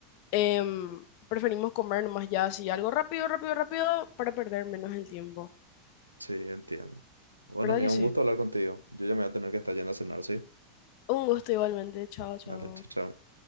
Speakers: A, on the left; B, on the right.
A: Em, preferimos comer nomás ya así, algo rápido, rápido, rápido, para perder menos el tiempo.
B: Sí, entiendo. Bueno,
A: ¿Verdad
B: mira,
A: que sí?
B: un gusto hablar contigo. Yo ya me voy a tener que estar yendo a cenar, ¿sí?
A: Un gusto igualmente. Chao, chao.
B: Dale, chao, chao.